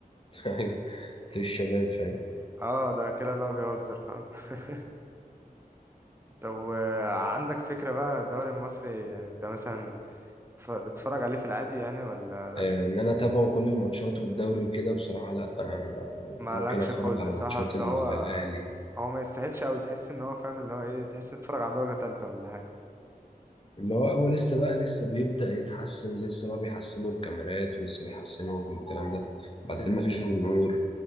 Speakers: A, on the left; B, on the right.
A: <laughs> ايوه في الشباب فاهم
B: اه ده كده اللي هو بيهزر فاهم <laughs> طب وعندك فكرة بقى الدوري المصري يعني انت مثلا ف- بتتفرج عليه في العادي يعني ولا
A: آه ان انا اتابعه كل الماتشات والدوري وكده بصراحة لا آه
B: مالكش
A: ممكن اتفرج
B: خلق
A: على
B: صح
A: ماتشات
B: اصل
A: ال-
B: هو
A: الاهلي
B: هو ما يستاهلش قوي تحس ان هو فاهم اللي هو ايه تحس إن تتفرج على درجة تالتة ولا حاجة
A: اللي هو هو لسه بقى لسه بيبدأ يتحسن لسه بقى بيحسنوا الكاميرات ولسه بيحسنوا الكلام ده بعدين ما فيش جمهور